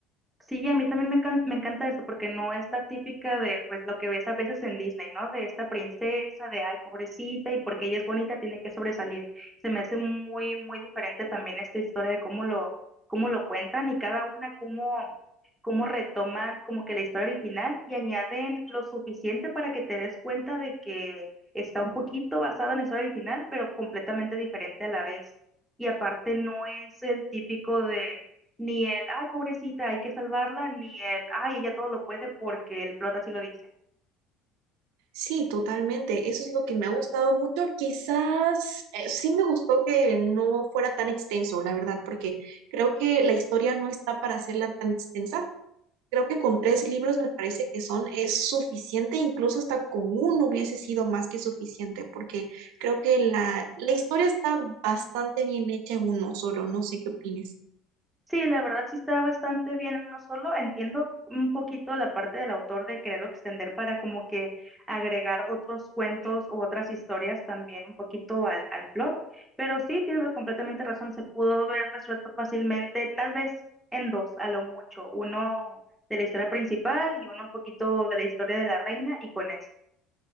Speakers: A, in the centre; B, on the right.
A: Sí, a mí también me, can- me encanta eso porque no es la típica de pues lo que ves a veces en Disney, ¿no? De esta princesa, de ay, pobrecita, y porque ella es bonita tiene que sobresalir. Se me hace muy, muy diferente también esta historia de cómo lo, cómo lo cuentan y cada una cómo, cómo retoman como que la historia original y añaden lo suficiente para que te des cuenta de que está un poquito basada en la historia original, pero completamente diferente a la vez. Y aparte no es el típico de ni el, ay, pobrecita, hay que salvarla, ni el, ay, ella todo lo puede porque el plot así lo dice.
B: Sí, totalmente. Eso es lo que me ha gustado mucho. Quizás eh, sí me gustó que no fuera tan extenso, la verdad, porque creo que la historia no está para hacerla tan extensa. Creo que con tres libros me parece que son es suficiente, incluso hasta con uno hubiese sido más que suficiente, porque creo que la, la historia está bastante bien hecha en uno solo. No sé qué opinas.
A: Sí, la verdad sí está bastante bien en uno solo. Entiendo un poquito la parte del autor de quererlo extender para como que agregar otros cuentos o otras historias también un poquito al, al plot. Pero sí, tienes completamente razón, se pudo haber resuelto fácilmente, tal vez en dos, a lo mucho. Uno de la historia principal y uno un poquito de la historia de la reina y con eso.